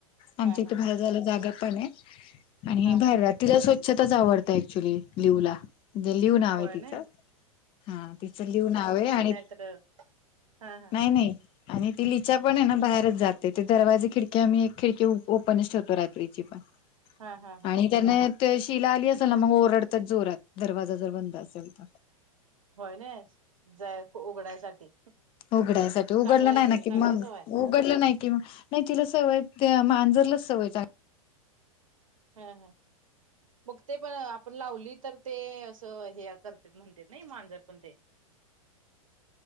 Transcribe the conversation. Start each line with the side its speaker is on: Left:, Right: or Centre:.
Left: आमच्या
Right: हा
Left: इथे
Right: हा
Left: बाहेर
Right: हा
Left: झाला जागा पण आहे आणि
Right: हा
Left: बाहेर
Right: हा
Left: रात्रीला
Right: हा
Left: स्वच्छ. छतच आवडत ऍक्च्युली लिव ला. लिव नाव
Right: होय
Left: आहे तिचं
Right: ना
Left: हा तिचं लिह नाव आहे आणि.
Right: तर. हा.
Left: नाही नाही आणि ती लिचा पण आहे ना बाहेरच जाते ते दरवाजी खिडकी आम्ही एक खिडकी. ओपनच ठेवतो रात्रीची पण
Right: हा हा हा
Left: आणि त्याना. शि ला आली असल ना मग ओरडतात जोरात दरवाजा. जर बंद असेल तर.
Right: होय नाही जाय उघडायसाठी.
Left: उघडासाठी उघडलं
Right: चांगला आहे
Left: नाही ना की
Right: चांगली
Left: मग.
Right: सवय
Left: उघडलं नाही कि नाही तिला सवय मांजरलाच सवय.
Right: हा हा. मग ते पण आपण लावली तर ते असं हे करत म्हणते नाही मांजर पण ते